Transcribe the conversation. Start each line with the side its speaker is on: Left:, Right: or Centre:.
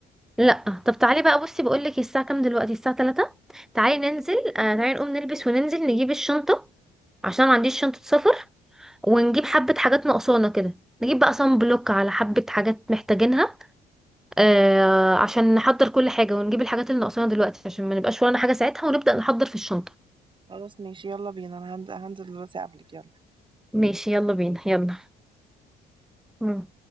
Centre: لا طب تعالي بقى بصي بقولك الساعة كام دلوقتي الساعة 3 تعالي ننزل آه تعالي نقوم نلبس وننزل نجيب الشنطة عشان ما عنديش شنطة سفر ونجيب حبة حاجات ناقصانا كده نجيب بقى صن بلوك على حبة حاجات محتاجينها آه عشان نحضر كل حاجة ونجيب الحاجات اللي ناقصانا دلوقتي عشان ما نبقاش ورانا حاجة ساعتها ونبدأ نحضر في الشنطة
Right: خلاص ماشي يلا بينا انا هند- هنزل دلوقتي قبلك يلا
Centre: ماشي يلا بينا يلا مم.